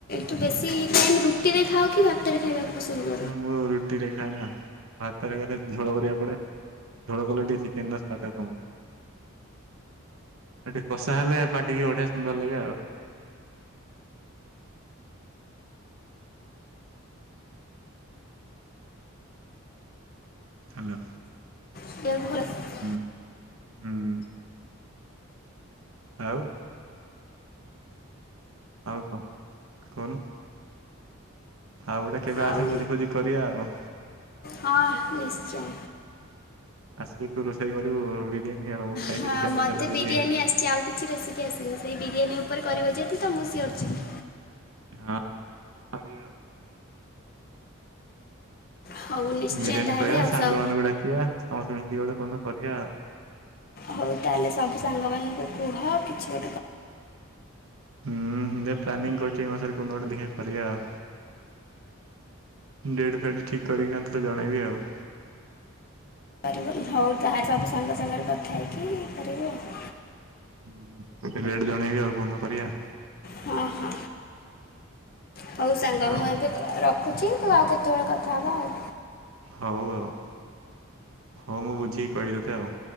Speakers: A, on the left; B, on the right.
A: ତୁ ବେଶି ଟାଇମ୍ ରୁଟିରେ ଖାଅ କି ଭା ଭାତରେ ଖାଇବାକୁ ପସନ୍ଦ କ
B: ହଁ ମୁଁ ରୁଟିରେ ଖାଏ ନା। ଭାତରେ କଲେ ଝୋଳ କରିବାକୁ ପଡେ। ଝୋଳ କଲେ ଟିକେ ଚିକେନର ସ୍ୱାଦ କମିଯାଏ। ଏ ଟିକେ କଷା ହେଲେ ପାଟି କି ବଢିଆ ସୁନ୍ଦର ଲାଗେ ଆଉ। ହାଲୋ।
A: <unintelligible>
B: ହୁଁ ହୁଁ ଆଉ ଆଉ କହ କହୁନୁ। ଆଉ ଗୋଟେ କେବେ ଆସେ
A: ଆଉ
B: ଭୋଜି ଫୋଜି କରିବା ଆଉ।
A: ହଁ ନିଶ୍ଚୟ।
B: ଆସିଲେ ତୁ ରୋଷେଇ କରିବୁ ବିରିୟାନୀ ଆଉ। ଖାଇକି
A: ହଁ
B: ଦେଖିବା
A: ମୋତେ
B: କେମିତି ଲାଗୁଛି
A: ବିରିୟାନୀ ଆସିଚି। ଆଉ କିଛି ରେସିପି ଆସିନି। ସେଇ ବିରିୟାନୀ ଉପରେ କରିବ ଯଦି ତ ମୁଁ ସିଓର ଯିବି।
B: ହଁ କରିବା ଆଉ।
A: ହଉ ନିଶ୍ଚୟ
B: ବିରିୟାନୀ
A: ତାହେଲେ
B: କରିବା
A: ଆଉ। ସ
B: <unintelligible> ସମସ୍ତେ ମିଶିକି ଗୋଟେ କୋଉଦିନ କରିବା ଆଉ।
A: ହଉ ତାହେଲେ ସବୁ ସାଙ୍ଗ ମାନଙ୍କୁ କୁହ କିଛି ଗୋଟେ କ
B: ହୁଁ ଦେଖିଆ ପ୍ଲାନିଂ କରୁଚି ଏଇ ମାସରେ କୋଉଦିନ ଗୋଟେ ଦେଖିଆ କରିବା ଆଉ। ଡେଟ୍ ଫେଟ୍ ଠିକ୍ କରିକିନା ତତେ ଜଣେଇବି ଆଉ।
A: କରିବ। ହଉ ତାହାଲେ ସବୁ ସାଙ୍ଗ ସାଙ୍ଗରେ କଥା ହେଇକି କରିବୁ ଆଉ।
B: ହୁଁ। ତତେ ଡେଟ୍ ଜଣେଇବି ଆଉ କୋଉଦିନ କରିବା।
A: ହଁ ହଁ। ହଉ ସାଙ୍ଗ
B: ଆଉ
A: ମୁଁ ଏବେ ରଖ୍ ଖୁଚି। ତୁ ଆଉ କେତେବେଳେ କଥା ହେବା ଆଉ।
B: ହଉ ଆଉ। ହଉ ମୁଁ ବୁଝିକି କହିବି ତତେ ଆଉ।